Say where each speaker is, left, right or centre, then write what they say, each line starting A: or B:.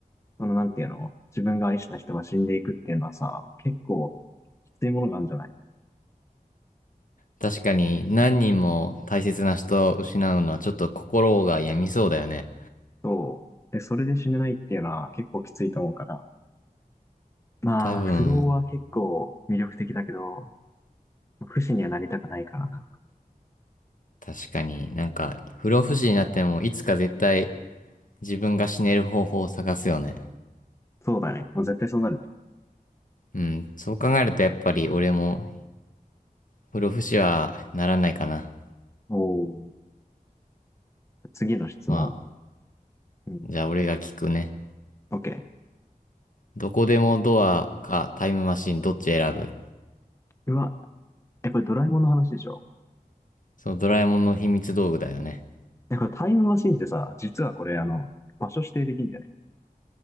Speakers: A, on the left; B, on the left.
A: その、なんていうの、自分が愛した人が死んでいくっていうのはさ、結構きついものがあるんじゃない
B: 確かに、何人も大切な人を失うのはちょっと心が病みそうだよね。
A: そう。で、それで死ねないっていうのは結構きついと思うから。まあ、
B: 多分、
A: 不老は結構魅力的だけど、不死にはなりたくないからな。
B: 確かになんか、不老不死になっても、いつか絶対自分が死ねる方法を探すよね。
A: そうだね。もう絶対そうなる。
B: うん、そう考えるとやっぱり俺も不老不死はならないかな。
A: おお。次の質問。
B: まあ、
A: うん。
B: じゃあ俺が聞くね。
A: OK。
B: どこでもドアかタイムマシンどっち選ぶ
A: うわ、え、これドラえもんの話でしょ
B: そのドラえもんの秘密道具だよね。
A: え、これタイムマシンってさ、実はこれあの、場所指定できるんだよね。